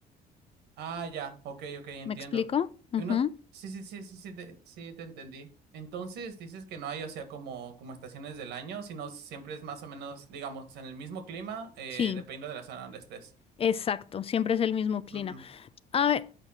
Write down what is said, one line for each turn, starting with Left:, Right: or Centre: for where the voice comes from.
Right: Ah, ya, ok, ok, entiendo.
Left: ¿Me explico? Ujú.
Right: Uno, sí, sí, sí, sí, sí, te, sí, te entendí. Entonces dices que no hay, o sea, como, como estaciones del año, sino siempre es más o menos, digamos, en el mismo clima, eh,
Left: Sí,
Right: dependiendo de la zona donde estés.
Left: exacto. Siempre es el mismo clima.
Right: Ujú.
Left: A ver,